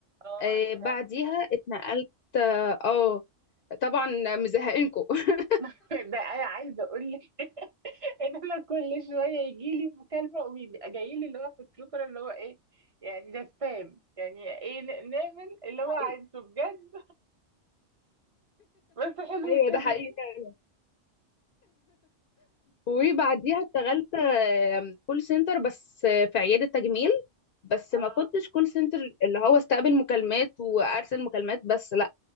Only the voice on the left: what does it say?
آه،
بعديها اتنقلت اه آه، طبعا مزهقينكم <laughs>
حقيقي
ايوه
ده حقيقي فعلا وبعديها اشتغلت كول سنتر بس آه، في عيادة تجميل بس
ما كنتش كول سنتر اللي هو استقبل مكالمات وارسل مكالمات بس لا